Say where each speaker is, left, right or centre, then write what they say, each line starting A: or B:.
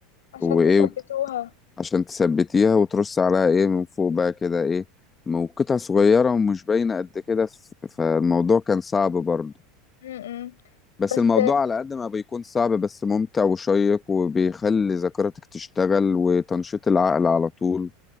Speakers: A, on the left; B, on the left.
A: عشان
B: وايه
A: تثبتوها
B: وت- عشان تثبتيها وترص عليها ايه من فوق بقى كده ايه م- وقطع صغيرة ومش باينة قد كده ف- فالموضوع كان صعب برضه
A: امم
B: بس
A: بس
B: الموضوع على قد ما بيكون صعب بس ممتع وشيق وبيخلي ذاكرتك تشتغل وتنشيط العقل على طول